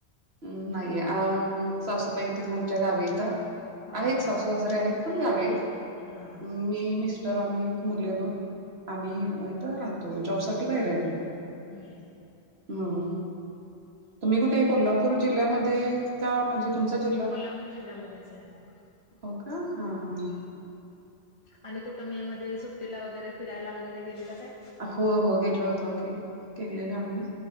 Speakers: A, on the right; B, on the left.
A: म नाही. अ सासूबाई तेन आमच्या गावी आहेता.
B: हा
A: आहेत
B: हा
A: सासू
B: हा
A: सासरे पण गावी आहेत.
B: हा
A: मी, मिस्टर आम्ही मुले दोन आम्ही
B: हा
A: इथं राहतो. जॉब साठी बाहेर आहे आम्ही.
B: हम.
A: हम. तुम्ही कुठे
B: चांगलं
A: कोल्हापूर
B: आहे
A: जिल्ह्यामध्ये? का? म्हणजे
B: हा
A: तुमचा जिल्हा,
B: कोल्हापूर जिल्ह्यामध्येच आहे मी पण
A: हो का हा.. हा..
B: हम्म
A: हा.
B: आणि कुठे मे मध्ये, सुट्टीला वगैरे फिरायला वगैरे गेलेलं काय?
A: हो.. हो. गेलो होतो की. गेलेलो आम्ही.